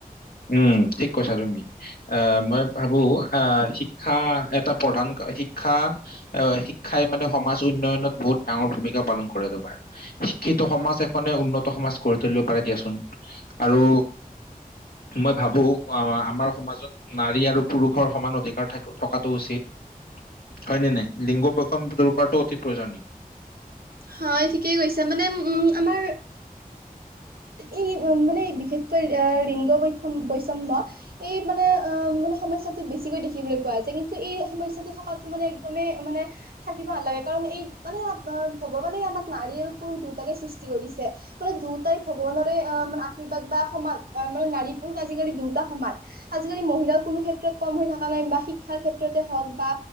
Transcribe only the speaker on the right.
হয় ঠিকেই কৈছা মানে উম আমাৰ এই মানে বিশেষকৈ লিংগ বৈষম বৈষম্য় এই মানে মানে সমস্যাটো বেছিকৈ দেখিবলৈ পোৱা যায় কিন্তু এই সমস্য়াটো থকাতটো মানে একদমেই মানে থাকিব নালাগে কাৰণ এই মানে ভগৱানে আমাক নাৰী আৰু পুৰুষ দুয়টাকে সৃষ্টি কৰিছে মানে দুয়টাই ভগৱানৰে মানে আশীৰ্বাদ বা সমান অ মানে নাৰী পুৰুষ আজিকালি দুয়োটা সমান আজিকালি মহিলাও কোনো ক্ষেত্ৰত কম হৈ থকা নাই বা শিকা শিক্ষাৰ ক্ষেত্ৰতে হওক বা